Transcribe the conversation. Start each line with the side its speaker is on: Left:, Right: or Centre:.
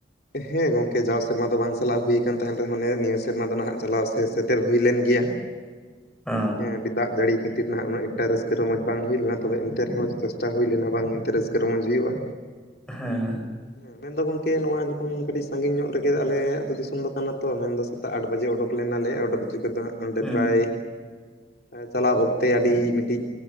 Left: ᱦᱮᱸ ᱜᱚᱝᱠᱮ ᱡᱟᱣ ᱥᱮᱨᱢᱟ ᱫᱚ ᱵᱟᱝ ᱪᱟᱞᱟᱣ ᱦᱩᱭ ᱠᱟᱱ ᱛᱟᱦᱮᱱ ᱨᱮᱦᱚᱸ ᱚᱱᱮ ᱱᱤᱭᱟᱹ ᱥᱮᱨᱢᱟ ᱫᱚ ᱱᱟᱦᱟᱜ ᱪᱟᱞᱟᱣ ᱥᱮ ᱥᱮᱴᱮᱨ ᱦᱩᱭ ᱞᱮᱱ ᱜᱮᱭᱟ,
Centre: ᱚ
Left: ᱦᱮᱸ ᱟᱹᱰᱤ ᱫᱟᱜ ᱡᱟᱹᱲᱤ ᱠᱷᱟᱹᱛᱤᱨ ᱱᱟᱦᱟᱜ ᱩᱱᱟᱹᱜ ᱮᱴᱟ ᱨᱟᱹᱥᱠᱟᱹ ᱨᱚᱢᱚᱡᱽ ᱵᱟᱝ ᱦᱩᱭ ᱞᱮᱱᱟ ᱛᱚᱵᱮ ᱮᱱᱛᱮ ᱨᱮᱦᱚᱸ ᱪᱮᱥᱴᱟ ᱦᱩᱭ ᱞᱮᱱᱟ ᱵᱟᱝ ᱢᱮᱱᱛᱮ ᱨᱟᱹᱥᱠᱟᱹ ᱨᱚᱢᱚᱡᱽ ᱦᱩᱭᱩᱜᱼᱟ᱾
Centre: ᱦᱮᱸ ᱦᱮᱸ᱾
Left: ᱦᱮᱸ ᱢᱮᱱ ᱫᱚ ᱜᱚᱝᱠᱮ ᱱᱚᱣᱟ ᱠᱷᱚᱱ ᱠᱟᱹᱴᱤᱡ ᱥᱟᱺᱜᱤᱧ ᱧᱚᱜ ᱨᱮᱜᱮ ᱟᱞᱮ ᱟᱛᱩ ᱫᱤᱥᱚᱢ ᱫᱚ ᱠᱟᱱᱟ ᱛᱚ ᱢᱮᱱᱫᱚ ᱥᱮᱛᱟᱜ ᱟᱴ ᱵᱟᱡᱮ ᱚᱰᱚᱠ ᱞᱮᱱᱟᱞᱮ ᱟᱴ ᱵᱟᱡᱮ ᱠᱷᱚᱡ ᱫᱚ ᱦᱟᱸᱜ ᱚᱸᱰᱮ
Centre: ᱦᱩᱸ
Left: ᱯᱨᱟᱭ ᱮᱸ ᱪᱟᱞᱟᱣ ᱚᱠᱛᱮ ᱟᱹᱰᱤ ᱢᱤᱫᱴᱤᱡ